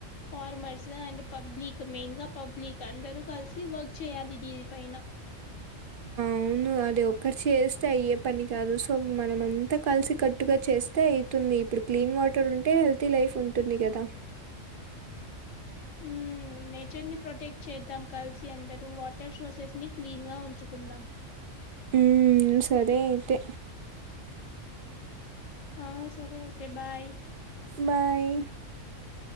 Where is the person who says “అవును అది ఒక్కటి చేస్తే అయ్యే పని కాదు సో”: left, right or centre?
Right